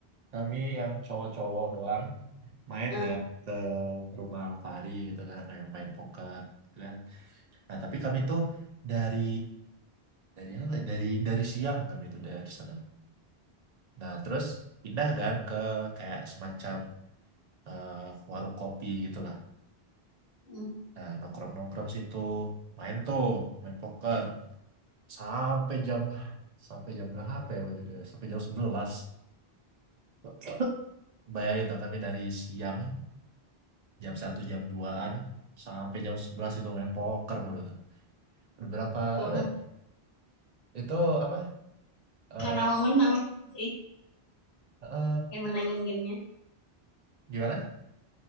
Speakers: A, on the right (about 45°); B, on the left (about 75°).
A: kami yang cowok-cowok doang main
B: Heeh,
A: nggak ke rumah Alfari gitu kan, main, main poker gitu kan. Nah tapi kami tuh dari dari apa? ya, Dari dari siang kami itu dari sana. Nah terus pindah kan ke kayak semacam eh, warung kopi gitulah.
B: hmm.
A: Nah, nongkrong-nongkrong situ, main tuh, main poker sampai jam sampai jam berapa ya waktu itu? ya? Sampai jam 11. <laughs> Bayangin tuh kami dari siang jam satu jam duaan sampai jam 11 itu main poker mulu itu. Berapa
B: Tuh,
A: apa ya? Itu apa? eh
B: karena mau menang sih,
A: eh,
B: pengen menangin gamenya.
A: gimana?